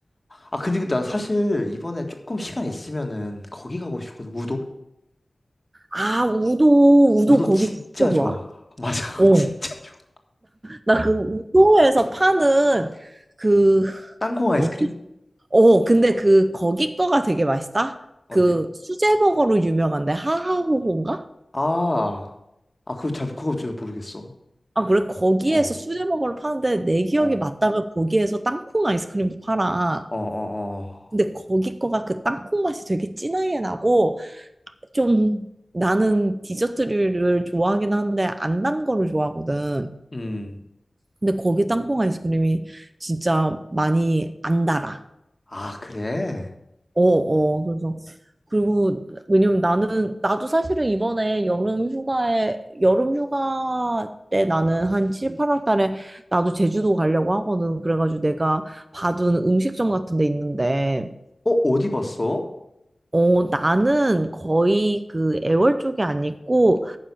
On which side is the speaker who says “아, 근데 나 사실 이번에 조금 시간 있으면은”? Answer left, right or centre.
Left